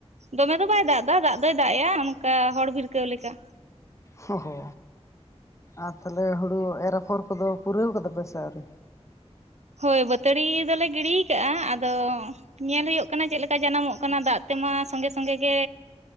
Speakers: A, on the right (about 85°); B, on the left (about 25°).
A: ᱫᱚᱢᱮ ᱫᱚ ᱵᱟᱭ ᱫᱟᱜ ᱮᱫᱟ ᱫᱟᱜ ᱫᱚᱭ ᱫᱟᱜ ᱮᱼᱟ ᱚᱱᱠᱟ ᱦᱚᱲ ᱵᱷᱤᱲᱠᱟᱹᱣ ᱞᱮᱠᱟ
B: ᱦᱚᱦᱚ ᱟᱨ ᱛᱟᱦᱚᱞᱮ ᱦᱩᱲᱩ ᱮᱨ ᱟᱯᱷᱚᱨ ᱠᱚᱫᱚ ᱯᱩᱨᱟᱹᱣ ᱠᱟᱫᱟ ᱯᱮ ᱥᱮ ᱟᱹᱣᱨᱤ
A: ᱦᱳᱭ ᱵᱟᱹᱛᱟᱹᱲᱤ ᱫᱚᱞᱮ ᱜᱤᱰᱤ ᱟᱠᱟᱜᱼᱟ ᱟᱫᱚ ᱧᱮᱞ ᱦᱩᱭᱩᱜ ᱠᱟᱱᱟ ᱪᱮᱫ ᱞᱮᱠᱟ ᱡᱟᱱᱟᱢᱚᱜ ᱠᱟᱱᱟ ᱫᱟᱜ ᱛᱮᱢᱟ ᱥᱚᱝᱜᱮ ᱥᱚᱝᱜᱮ ᱜᱮ